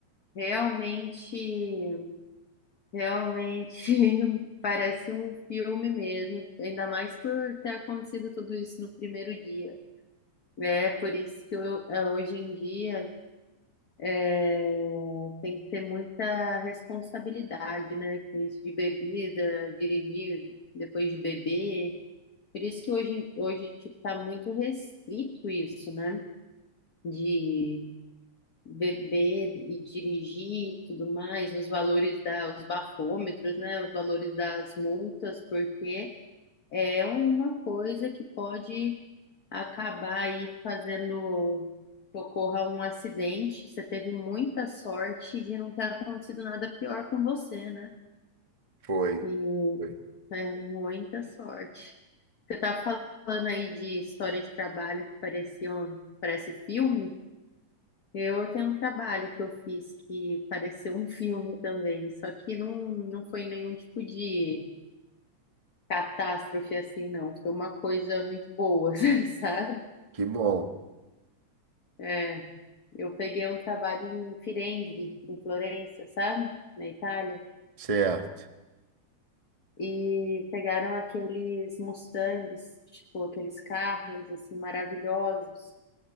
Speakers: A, on the left (about 40°); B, on the right (about 25°).
A: Realmente, realmente <laughs> parece um filme mesmo, ainda mais por ter acontecido tudo isso no primeiro dia. É por isso que eu, eh, hoje em dia É, tem que ter muita responsabilidade, né, com isso de bebida, dirigir depois de beber. Por isso que hoje, hoje tipo, tá muito restrito isso, né, de beber e dirigir e tudo mais, os valores da, os bafômetros, né, os valores das multas, porque é uma coisa que pode acabar aí fazendo que ocorra um acidente. Você teve muita sorte de não ter acontecido nada pior com você, né?
B: Foi,
A: E
B: foi.
A: é muita sorte. Você tá falando aí de história de trabalho que parecia um, parece filme. Eu tenho um trabalho que eu fiz que pareceu um filme também, só que não, não foi nenhum tipo de catástrofe assim, não. Foi uma coisa muito boa, <laughs> sabe?
B: Que bom.
A: É. Eu peguei um trabalho em Firenze, em Florença, sabe? Na Itália.
B: Certo.
A: E pegaram aqueles Mustangs, tipo, aqueles carros assim maravilhosos